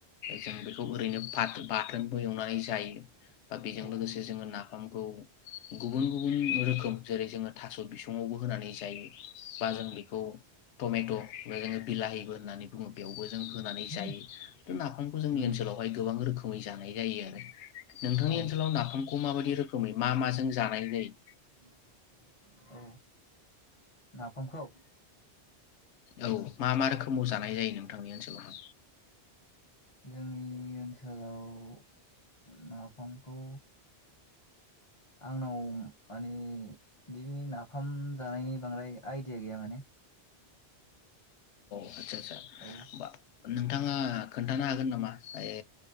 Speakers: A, on the left; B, on the left.
A: जों बेखौ ओरैनो बा बाथोनबो एवनानै जायो बा बेजों
B: औ
A: लोगोसे जोङो नाफाम खौ गुबुन गुबुन रोखोम जेरै जोङो थास बिसुं यावबो होनानै जायो बा जों बेखौ टमेट जोंबो बिलाहिबो होननानै बुङो बेयावबो जों होनानै जायो
B: औ
A: बे नाफामखौ जोंनि
B: उम
A: ओलावहाय गोबां रोखोम मै जानाय जायो आरो नोंथांनि
B: औ
A: ओनसोलाव नाफाम खौ माबायदि रोखोमै मा माजों जानाय जायो
B: औ नाफामखौ
A: औ मा मा रोखोमाव जानाय जायो नोंथांनि ओनसोलाव <inaudible>
B: जोंनि ओनसोल लाव नाफ नाफामखौ आंनाव माने बिनि नाफाम जानायनि बांद्राय आइडिया गैया माने
A: आतसा आतसा
B: औ
A: बा नोंथाङा खोन्थानो हागोन नामा ए